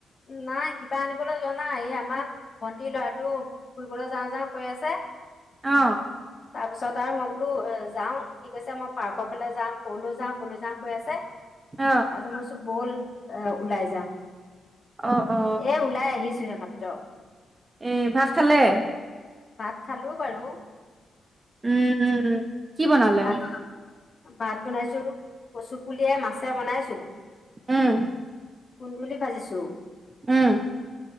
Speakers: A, on the left; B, on the right.
A: নাই কিবা আনিবলৈ যোৱা নাই এই আমাৰ। ভণ্টিৰ ল'ৰাটো ফুৰিবলৈ যাওঁ, যাওঁ কৈ আছে।
B: অ।
A: তাৰ পিছত আৰু মই বোলো যাওঁ সি কৈছে মই পাৰ্কৰ ফালে যাম ক'লৈ যাওঁ ক'লৈ যাওঁ কৈ আছে।
B: অ
A: <unintelligible> বল ওলাই যাওঁ।
B: অ অ
A: এ ওলাই আহিছোহে মাত্ৰ।
B: এ ভাত খালে।
A: ভাত খালোঁ বাৰু।
B: উম উম উম। কি বনালে
A: ভাত, ভাত বনাইছোঁ কচু পুলিয়ে মাছে বনাইছোঁ।
B: উম।
A: কুন্দুলি ভাজিছো।
B: উম।